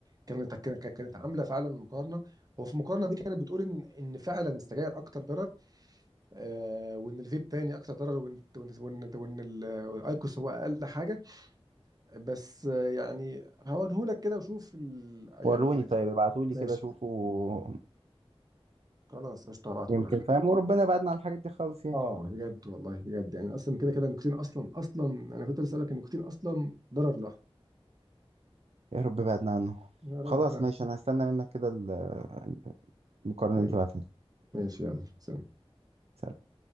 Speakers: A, on the right (about 35°); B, on the right (about 80°).
A: كانت كانت كانت عامله فعلا مقارنه هو في المقارنه دي كانت بتقول ان ان فعلا السجاير اكتر ضرر آه وان الفيب تاني اكتر ضرر وان وان وان, وإن ال- والايكوس هو اقل حاجه بس آه يعني هوريهولك كده وشوف ال... يعني
B: وروني طيب ابعتوا لي
A: ماشي
B: كده شوفوا
A: خلاص قشطه هبعتهولك
B: يمكن فاهم وربنا بعدنا عن الحاجات دي خالص يعني
A: اه بجد والله بجد يعني اصلا كده كده النيكوتين اصلا اصلا انا كنت لسه اسالك النيكوتين اصلا ضرر لوحده
B: يا رب بعدنا عنه
A: يا رب
B: خلاص
A: فاهم
B: ماشي انا هستنى منك كده ال- المقارنه
A: ماشي
B: دي تبعتها
A: ماشي يلا سلام
B: لي